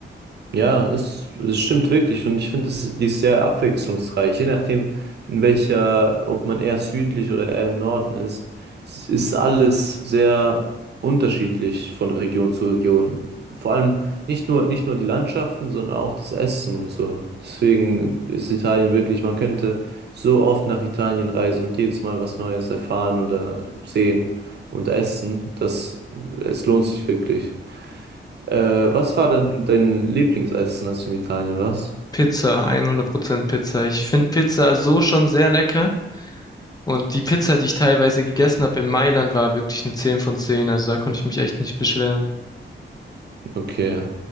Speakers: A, on the right; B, on the left.
A: Ja, es, es stimmt wirklich und ich finde, es- die ist sehr abwechslungsreich. Je nachdem, in welcher, ob man eher südlich oder eher im Norden ist, es ist alles sehr unterschiedlich von Region zu Region. Vor allem nicht nur, nicht nur die Landschaften, sondern auch das Essen und so. Deswegen ist Italien wirklich, man könnte so oft nach Italien reisen und jedes Mal was Neues erfahren oder sehen und essen, dass es lohnt sich wirklich. Äh, was war denn dein Lieblingsessen, als du in Italien warst?
B: Pizza, 100% Pizza. Ich finde Pizza so schon sehr lecker. Und die Pizza, die ich teilweise gegessen habe in Mailand, war wirklich eine 10 von 10. Also da konnte ich mich echt nicht beschweren.
A: Okay.